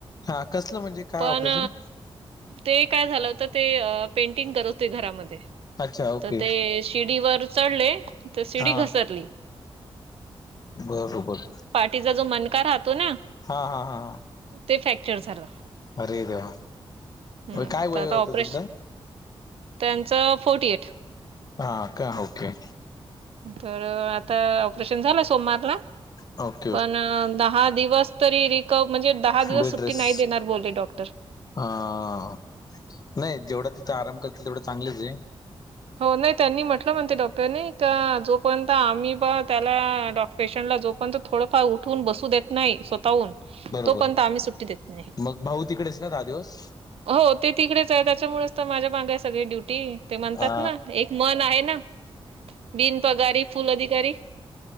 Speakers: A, on the left (about 40°); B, on the right (about 85°).
A: हा कसलं म्हणजे काय
B: पण,
A: ऑपरेशन
B: ते काय झालं होतं ते पेंटिंग करत होते घरामध्ये.
A: अच्छा ओके
B: तर ते शिडीवर चढले तर शिडी
A: हा
B: घसरली.
A: बर बर,
B: तिजा जो मनका का राहतो ना,
A: हा हा हा
B: ते फ्रॅक्चर झालं
A: अरे देव,
B: हम्म
A: काय
B: तर
A: वय
B: आता
A: होत
B: ऑपरेशन
A: त्यांचं?
B: त्यांचं फोर्टी ऐट.
A: हा का होके.
B: तर आता ऑपरेशन झालं सोमवारला.
A: हो,
B: पण दहा दिवस तरी रिकव म्हणजे दहा दिवस
A: बेड
B: सुट्टी
A: रेस
B: नाही देणार बोले डॉक्टर,
A: अ जेवढा तिथं आराम करतील तेवढं चांगलंच.
B: हो नाही त्यांनी म्हटलं म्हणते डॉक्टरने का जोपर्यंत आम्ही प त्याला डॉक्, पेशंटला जोपर्यंत थोडंफार उठवून बसू देत नाही स्वतःहून
A: बरोबर
B: तोपर्यंत आम्ही सुट्टी देत नाही.
A: मग भाऊ तिकडेच का दहा दिवस.
B: हो ते तिकडेच आहे त्याच्यामुळेच तर माझ्या मागे आहे सगळी ड्युटी ते म्हणतात
A: हा
B: ना एक म्हण आहे ना, बिनपगारी फुल अधिकारी.